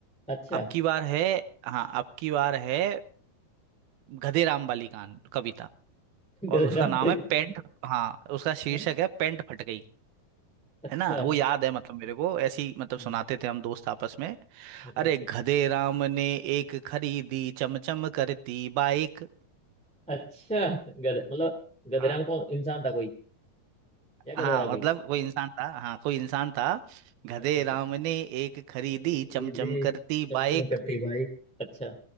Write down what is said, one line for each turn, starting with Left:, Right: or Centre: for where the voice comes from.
Centre: अच्छा
Right: अब की बार है हाँ अब की बार है गधे राम वाली कान कविता
Centre: गधेरा
Right: और उसका
Centre: मालिक
Right: नाम है हम्म, पेंट हाँ उसका शीर्षक
Centre: है
Right: है पेंट फट गई
Centre: अच्छा
Right: है ना वो याद है मतलब मेरे को ऐसी मतलब
Centre: हाँ,
Right: सुनाते थे हम दोस्त आपस में
Centre: अच्छा
Right: अरे
Centre: अच्छा अच्छा
Right: गधे राम ने एक खरीदी चमचम करती बाइक
Centre: अच्छा गधे मतलब गधेराम
Right: हाँ
Centre: कौन इंसान था कोई या गधेरा
Right: हाँ
Centre: था कोई
Right: मतलब कोई इंसान था हाँ कोई इंसान था गधे
Centre: अच्छा अच्छा
Right: राम
Centre: अच्छा
Right: ने एक खरीदी
Centre: एक तेरी
Right: चमचम
Centre: दे
Right: करती
Centre: चमचम
Right: बाइक
Centre: करती बाइक अच्छा